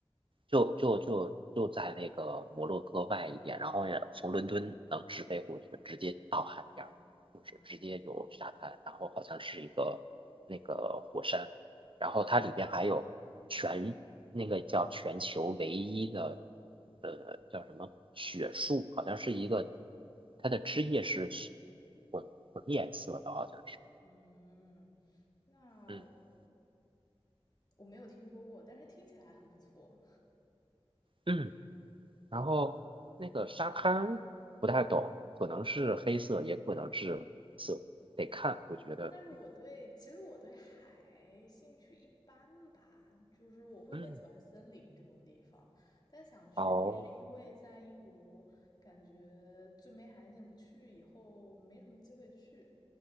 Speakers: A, on the right (about 60°); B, on the left (about 40°).
A: 就就就就在那个摩洛哥外一点，然后也从伦敦能直飞过去，直接到海边儿就是直接就沙滩，
B: 嗯，嗯
A: 然后好像是一个那个火山，然后它里边还有全那个叫全球唯一的呃叫什么雪树，好像是一个它的枝叶是雪混混颜色的，好像是，
B: 嗯，那
A: 嗯
B: 我没有听说过，但是听起来很不错。
A: 嗯。然后那个沙滩不太懂，可能是黑色，也可能是色，得看。我觉得，
B: 但是我对，
A: 嗯
B: 其实我对海兴趣一般吧，就是我会更喜欢森林这种地方。
A: 嗯，
B: 但想去，
A: 哦，
B: 一是因为在英国感觉最没海岸线不去，以后没什么机会去，